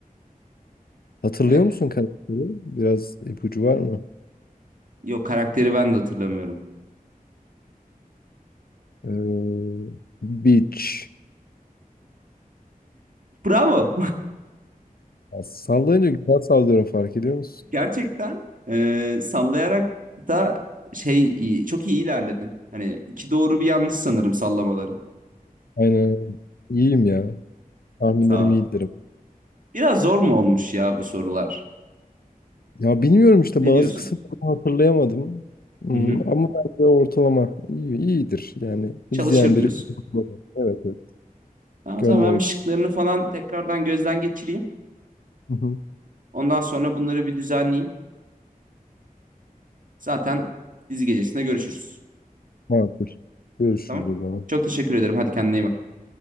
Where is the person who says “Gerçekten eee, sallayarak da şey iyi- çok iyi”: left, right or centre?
Right